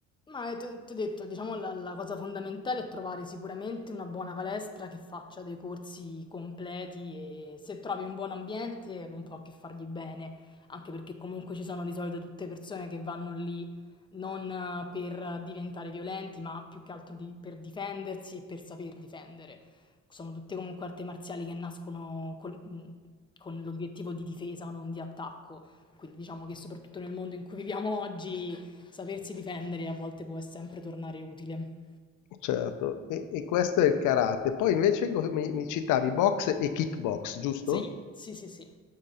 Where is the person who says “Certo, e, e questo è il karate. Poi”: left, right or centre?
Left